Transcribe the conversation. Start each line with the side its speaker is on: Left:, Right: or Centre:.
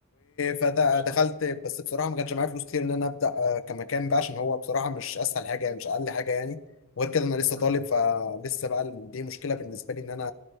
Left: فدخلت
Right: مش صح
Left: بس بصراحه ما كانش معايا فلوس كتير ان انا ابدا آه، كمكان بقى عشان هو بصراحه مش اسهل حاجه يعني مش اقل حاجه يعني وغير كده انا لسه
Right: تمام
Left: طالب فلسه بقى دي مشكله بالنسبه لي ان انا